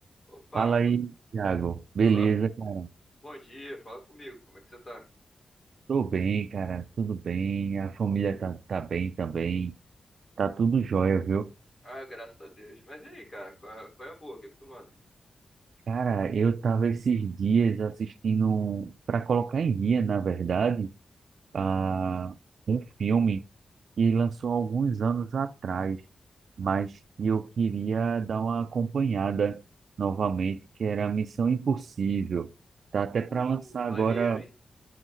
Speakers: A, on the left; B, on the right.
A: Opa,
B: Fala aí, Thiago. Beleza,
A: alô?
B: cara?
A: Bom dia, fala comigo, como é que você tá?
B: Tô bem, cara. Tudo bem. A família tá, tá bem também. Tá tudo jóia, viu?
A: Ah, graças a Deus. Mas e aí, cara, qual, qual é a boa? O que é que tu manda?
B: Cara, eu tava esses dias assistindo, para colocar em dia, na verdade, a um filme que lançou alguns anos atrás, mas que eu queria dar uma acompanhada novamente, que era Missão Impossível. Tá até para
A: Uh,
B: lançar
A: maneiro,
B: agora,
A: hein?